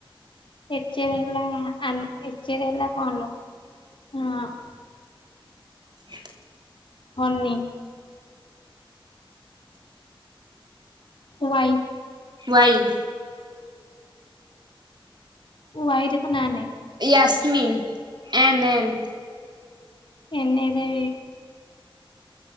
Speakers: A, on the left; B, on the right.
A: <unintelligible>
B: ହ
A: ହନି। ୱାଇ।
B: ୱାଇ।
A: ମୋ ଭାଇ ର ତ ନା ନାଇଁ।
B: Yasmin, N N.
A: ଏନ୍ ରେ।